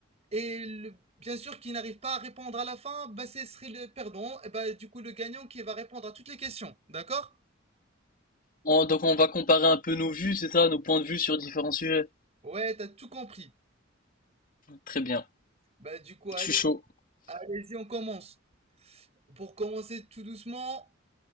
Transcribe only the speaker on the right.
Et le, bien sûr qui n'arrive pas à répondre à la fin, bah ce serait le perdant, et bah du coup le gagnant qui va répondre à toutes les questions, d'accord
Ouais, t'as tout compris.
Bah du coup, allez,
allez-y, on commence. Pour commencer tout doucement,